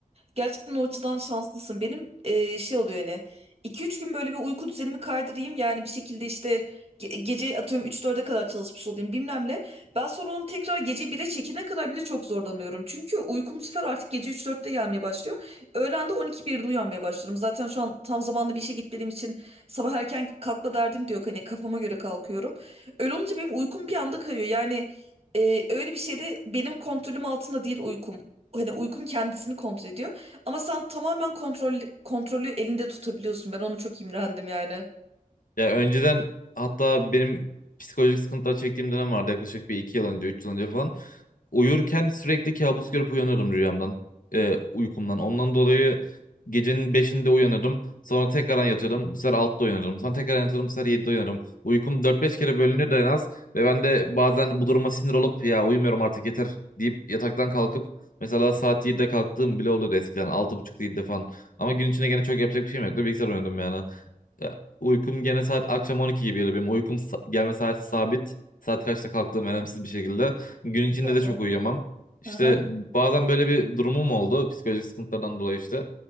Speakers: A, on the right (about 45°); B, on the left (about 70°).
A: Gerçekten o açıdan şanslısın. Benim e, şey oluyor yani iki üç gün böyle bir uyku düzenimi kaydırayım. Yani bir şekilde işte ge- gece atıyorum üç dörde kadar çalışmış olayım bilmem ne. Ben sonra onu tekrar gece 1'e çekene kadar bile çok zorlanıyorum. Çünkü uykum bu sefer artık gece üç 4te gelmeye başlıyor. Öğlen de on iki 1de uyanmaya başlıyorum. Zaten şu an tam zamanlı bir işe gitmediğim için sabah erken kalkma derdim de yok. Hani kafama göre kalkıyorum. Öyle olunca benim uykum bir anda kayıyor. Yani e, öyle bir şeyde benim kontrolüm altında değil uykum. Hani uykum kendisini kontrol ediyor. Ama sen tamamen kontrol, kontrolü elinde tutabiliyorsun. Ben onu çok imrendim yani.
B: Ya önceden hatta benim psikolojik sıkıntılar çektiğim dönem vardı yaklaşık bir iki yıl önce, üç yıl önce falan. Uyurken sürekli kabus görüp uyanıyordum rüyamdan, e, uykumdan. Ondan dolayı gecenin beşinde uyanırdım. Sonra tekrardan yatıyordum. Bu sefer altta uyanırdım. Sonra tekrar yatıyordum. Bu sefer yedide uyanırım. Uykum dört beş kere bölünüyordu en az. Ve ben de bazen bu duruma sinir olup ya uyumuyorum artık yeter deyip yataktan kalkıp mesela saat yedi'de kalktığım bile oluyordu eskiden. altı buçukta 7'de falan. Ama gün içinde gene çok yapacak bir şeyim yoktu. Bilgisayar oynuyordum yani. Ya, Uykum gene saat akşam 12 gibi geliyor benim. Uykum sa- gelme saati sabit. Saat kaçta kalktığım önemsiz bir şekilde. Gün içinde
A: Oldu.
B: de çok uyuyamam. İşte
A: Hı hı.
B: bazen böyle bir durumum oldu. Psikolojik sıkıntılardan dolayı işte.